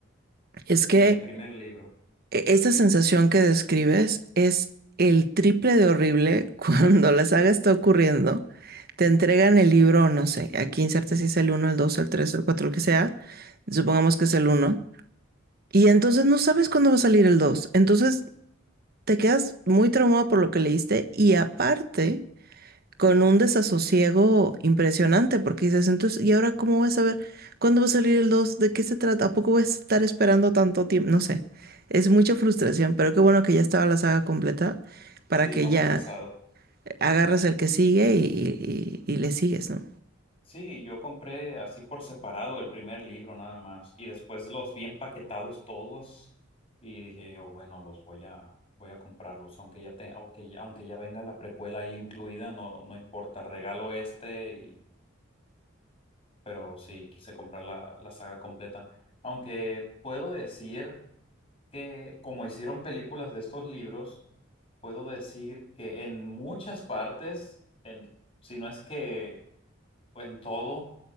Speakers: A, on the right (about 50°); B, on the left (about 30°).
A: Es
B: con
A: que
B: el primer libro.
A: e- esa sensación que describes es el triple de horrible <laughs> cuando la saga está ocurriendo. Te entregan el libro, no sé, aquí inserta si es el uno, el 2, el 3, el 4, el que sea. Supongamos que es el uno. Y entonces no sabes cuándo va a salir el 2. Entonces te quedas muy traumado por lo que leíste y aparte... con un desasosiego impresionante, porque dices, entonces, ¿y ahora cómo voy a saber cuándo va a salir el dos ¿De qué se trata? ¿A poco voy a estar esperando tanto tiempo? No sé, es mucha frustración, pero qué bueno que ya estaba la saga completa para
B: Sí,
A: que
B: no
A: ya
B: me ha pasado.
A: agarras el que sigue y, y- y le sigues, ¿no?
B: Sí, yo compré así por separado el primer libro nada más y después los vi empaquetados todos y dije yo, bueno, los voy a, voy a comprarlos, aunque ya, te, aunque ya, aunque ya venga la precuela ahí incluida, no, no importa, regalo este, y- pero sí, quise comprar la, la saga completa. Aunque puedo decir... que como hicieron películas de estos libros, puedo decir que en muchas partes, en, si no es que pues en todo,